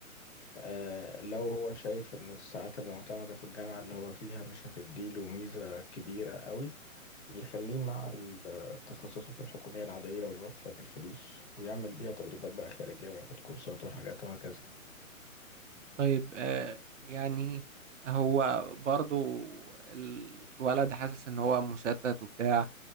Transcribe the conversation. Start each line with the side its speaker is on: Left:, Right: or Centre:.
Left: آه، لو هو شايف انه الساعات المعتمدة في الجامعة اللي هو فيها مش هتديله ميزة كبيرة قوي يخليه مع ال- التخصصات الحكومية العادية ويوفر الفلوس ويعمل بيها تدريبات بقى خارجية وياخد كورسات وحاجات وهكذا
Right: طيب آه يعني هو برضو ال- الولد حاسس ان هو مشتت وبتاع